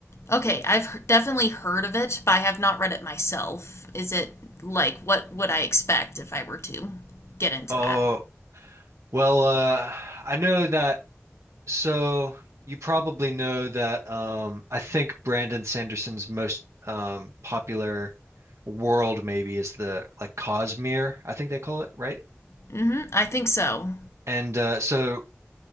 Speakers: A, on the left (about 70°); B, on the right (about 85°).
A: Okay, I've definitely heard of it, but I have not read it myself. Is it like what would I expect if I were to get into
B: Oh,
A: that?
B: well, uh, I know that. So you probably know that. Um, I think Brandon Sanderson's most um popular world maybe is the like Cosmere, I think they call it, right?
A: hmm I think so.
B: And uh, so